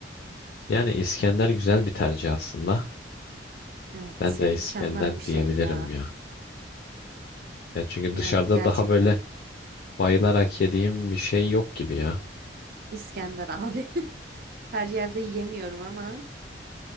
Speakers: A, on the left (about 55°); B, on the right (about 55°).
A: yani İskender güzel bir tercih aslında.
B: Evet
A: Ben de
B: ya
A: İskender
B: mükemmel bir şey
A: diyebilirim
B: ya.
A: ya. Ya çünkü
B: Yani
A: dışarıda
B: gerçekten.
A: daha böyle bayılarak yediğim bir şey yok gibi ya.
B: İskender abi. <laughs> Her yerde yiyemiyorum ama